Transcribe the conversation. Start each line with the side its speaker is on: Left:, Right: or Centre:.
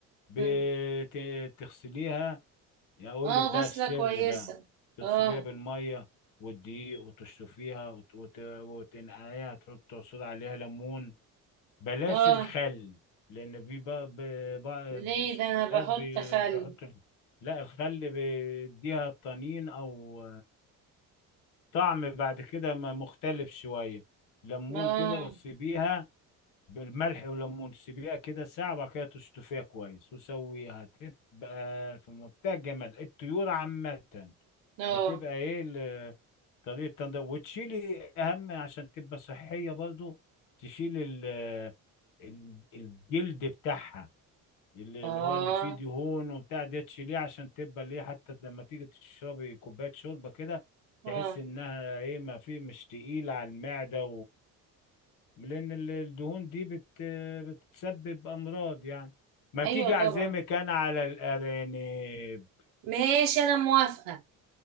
Left: بتغسليها
Right: مم.
Left: يعني اقول
Right: اه
Left: لك بقى
Right: غسلة
Left: السر
Right: كويسة
Left: بقى تغسليها
Right: اه
Left: بالميه والدقيق وتشطفيها وت... وت... وتنقعيها تحط عصير عليها ليمون بلاش
Right: اه
Left: الخل لان في بقى ب... بقى
Right: ليه
Left: بش-
Right: ده انا بحط
Left: ناس بي...
Right: خل
Left: بيحطوا لا الخل بيديها طنين او طعم بعد كده م- مختلف شويه ليمون
Right: اه
Left: كده وتسيبيها بالملح والليمون تسيبيها كده ساعة وبعد كده تشطفيها كويس وسويها تبقى في منتهى الجمال الطيور عامة
Right: اه
Left: بتبقى ايه ال- طريقة تنضيف وتشيلي اهم عشان تبقى صحية برضو تشيلي ال- ال- الجلد بتاعها اللي
Right: اه
Left: اللي هو اللي فيه دهون وبتاع ده تشيليه عشان تبقى ليه حتى لما تيجي تشربي كوباية شوربة كده
Right: اه
Left: تحس انها ايه ما في مش تقيلة على المعدة لأن ال- الدهون دي بت بتسبب أمراض يعني ما
Right: ايوه
Left: تيجي أعزمك
Right: طبعا
Left: أنا على الأرانب
Right: ماشي انا موافقة